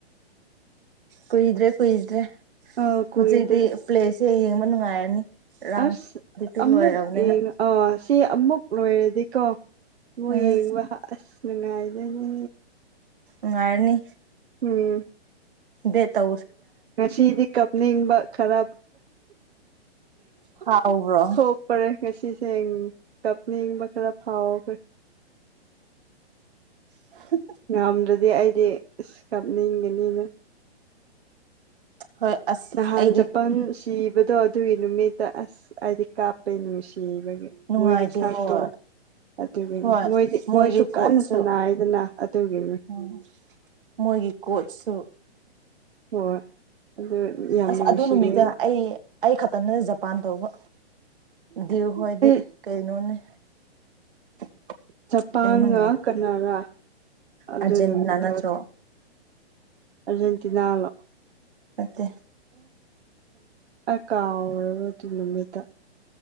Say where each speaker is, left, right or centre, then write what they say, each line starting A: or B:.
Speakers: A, on the right (about 55°); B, on the right (about 70°).
A: ꯀꯨꯏꯗ꯭ꯔꯦ ꯀꯨꯏꯗ꯭ꯔꯦ
B: ꯑ ꯀꯨꯏꯗ꯭ꯔꯦ
A: ꯍꯧꯖꯤꯛꯗꯤ ꯄ꯭ꯂꯦꯁ ꯁꯤꯦ ꯌꯦꯡꯕ ꯅꯨꯡꯉꯥꯏꯔꯅꯤ ꯔꯥꯎꯟ
B: ꯑꯁ
A: ꯗꯤ ꯇꯨ
B: ꯑꯃꯨꯛ
A: ꯂꯣꯏꯔꯕꯅꯤꯅ
B: ꯌꯦꯡꯉ ꯑꯥ ꯁꯤ ꯑꯃꯨꯛ ꯂꯣꯏꯔꯗꯤꯀꯣ ꯍ
A: ꯎꯝ
B: ꯌꯦꯡꯕ ꯑꯁ ꯅꯨꯡꯉꯥꯏꯗꯅꯦ
A: ꯉꯅꯨꯡꯉꯥꯏꯔꯅꯤ
B: ꯎꯝ
A: ꯦ ꯇ
B: ꯉꯁꯤꯗꯤ ꯀꯞꯅꯤꯡꯕ ꯈꯔ ꯎꯠ
A: ꯍꯥꯎꯕ꯭ꯔꯣ
B: ꯊꯣꯛꯄꯔꯦ ꯉꯁꯤꯁꯦ ꯀꯞꯅꯤꯡꯕ ꯈꯔ ꯐꯥꯎꯈ꯭ꯔꯦ
A: ꯍ
B: ꯉꯝꯗ꯭ꯔꯗꯤ ꯑꯩꯗꯤ ꯑꯁ ꯀꯥꯞꯅꯤꯡꯒꯅꯤꯅ
A: ꯍꯣꯏ ꯑꯁ
B: ꯅꯍꯥꯟ
A: ꯑꯩꯗꯤ
B: ꯖꯄꯥꯟ ꯁꯤꯕꯗꯣ ꯑꯗꯨꯒꯤ ꯅꯨꯃꯤꯠꯇ ꯑꯁ ꯍꯥꯏꯗꯤ ꯀꯥꯞꯄꯩ ꯅꯨꯡꯁꯤ
A: ꯅꯨꯡꯉꯥꯏꯇꯦ
B: ꯍꯣꯏꯒꯤ ꯁꯠꯇꯣ
A: ꯍꯣꯏ
B: ꯑꯗꯨꯒꯤꯅꯤ
A: ꯍꯣꯏ
B: ꯃꯣꯏꯗꯤ
A: ꯃꯣꯏꯒꯤ
B: ꯃꯣꯏꯁꯨ
A: ꯀꯣꯠꯁꯨ
B: ꯀꯟꯅ ꯁꯥꯟꯅ ꯍꯥꯏꯗꯅ ꯑꯗꯨꯒꯤꯅꯤ
A: ꯎꯝ ꯃꯣꯏꯒꯤ ꯀꯣꯆꯁꯨ
B: ꯍꯣꯏ ꯑꯗꯨ ꯌꯥꯝ
A: ꯑꯁ
B: ꯅꯨꯡꯁꯤꯌꯦ
A: ꯑꯗꯨ ꯅꯨꯃꯤꯠꯇ ꯑꯩ ꯑꯩ ꯈꯛꯇꯅꯦ ꯖꯄꯥꯟ ꯇꯧꯕ ꯗꯤꯈꯣꯏꯗꯤ
B: ꯑꯩ
A: ꯀꯩꯅꯣꯅꯦ <inaudible>
B: ꯖꯄꯥꯟꯒ
A: ꯌꯥꯝ ꯅꯨꯡꯉꯥꯏ
B: ꯀꯅꯥꯔꯥ ꯑꯗꯨ
A: ꯑꯥꯔꯖꯦꯟꯇꯤꯅꯥ
B: ꯅꯨꯃꯤꯠꯇ
A: ꯅꯠꯇ꯭ꯔꯣ
B: ꯑꯔꯖꯦꯟꯇꯤꯅꯥ ꯂꯣ
A: ꯅꯠꯇꯦ
B: ꯑꯦ ꯀꯥꯎꯔꯕꯗꯤ ꯅꯨꯃꯤꯠꯇ